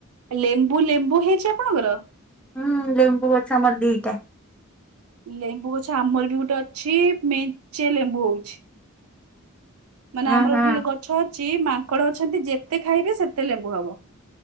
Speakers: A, on the right (about 80°); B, in the centre.
A: ଲେମ୍ବୁ ଲେମ୍ବୁ ହେଇଛି ଆପଣଙ୍କର?
B: ହୁଁ ଲେମ୍ବୁ ଗଛ ଆମର ଦିଟା।
A: ଲେମ୍ବୁ ଗଛ ଆମର ବି ଗୋଟେ ଅଛି ମେଞ୍ଚେ ଲେମ୍ବୁ ହୋଉଛି। ମାନେ
B: ହୁଁ
A: ଆମର
B: ହୁଁ।
A: ଗୋଟେ ଲ ଗଛ ଅଛି ମାଙ୍କଡ ଅଛନ୍ତି ଯେତେ ଖାଇବେ ସେତେ ଲେମ୍ବୁ ହବ।